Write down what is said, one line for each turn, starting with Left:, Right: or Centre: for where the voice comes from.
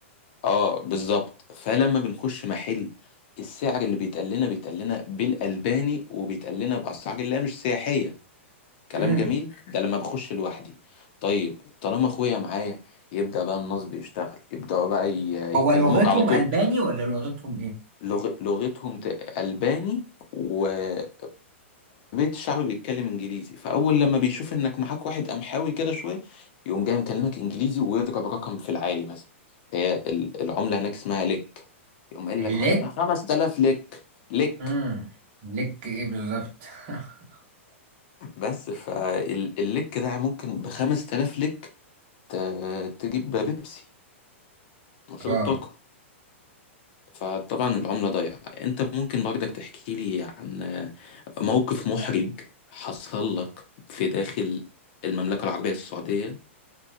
Left: اه بالظبط فلما بنخش محل السعر اللي بيتقال لنا بيتقال لنا بالالباني وبيتقال لنا باسعار اللي هي مش سياحيه كلام
Right: امم
Left: جميل ده لما بخش لوحدي طيب طالما اخويا معايا يبدأ بقى النصب يشتغل يبدأوا بقى ي-
Right: هو
Left: يكلموك
Right: لغتهم
Left: على طول
Right: الباني ولا لغتهم ايه
Left: لغ... لغتهم ت- ألباني وأغلبية الشعب بيتكلم إنجليزي فأول لما بيشوف إنك معاك واحد قمحاوي كده شوية يقوم جاي مكلمك إنجليزي ويضرب رقم في العالي مثلا هي ال- العملة هناك اسمها لك يقوم قايل
Right: ليك
Left: لك مثلا 5000 لك لك
Right: امم ليك ايه بالظبط <laughs>
Left: بس فاللك ده ممكن ب 5000 لك ت- تجيب بيبسي مشروب
Right: اه
Left: طاقة فطبعا العملة ضايعة انت ممكن برضك تحكي لي عن موقف محرج حصل لك في داخل المملكة العربية السعودية